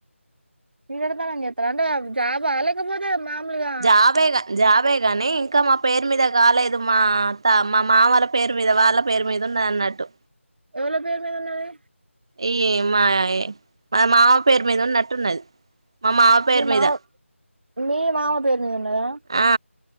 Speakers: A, on the right; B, on the right.
A: <unintelligible> అంటే జాబ్ా లేకపోతే మామూలుగా
B: జా బేగా జా బే కాని ఇంకా మా పేరు మీద కాలేదు మా త మా మామల పేరు మీద వాళ్ళ పేరు మీద ఉన్న అన్నట్టు
A: ఎవల పేరు మీద ఉన్నాది
B: ఈ మా మా మామ పేరు మీద ఉన్నట్టున్నది మా మావ పేరు
A: మీ
B: మీద
A: మావ మీ మామ పే ఉన్నదా
B: ఆ